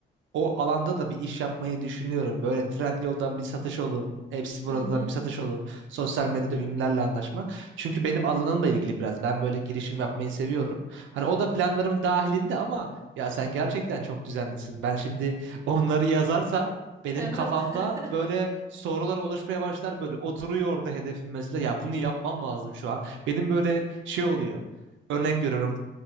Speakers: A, on the right (about 75°); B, on the right (about 15°).
A: o alanda da bir iş yapmayı düşünüyorum. Böyle Trendyol'dan bir satış olur. Hepsi buradan
B: Hı hı.
A: bir satış olur. Sosyal medyada ünlülerle anlaşmak. Çünkü benim alanımla ilgili biraz. Ben böyle girişim yapmayı seviyorum. Hani o da planlarım dahilinde ama ya sen gerçekten çok düzenlisin. Ben şimdi onları yazarsam benim
B: Hı
A: kafamda
B: hı. <laughs>
A: böyle sorular oluşmaya başlar böyle. O duruyor orada hedefim mesela. Ya bunu yapmam lazım şu an. Benim böyle şey oluyor. Örnek veriyorum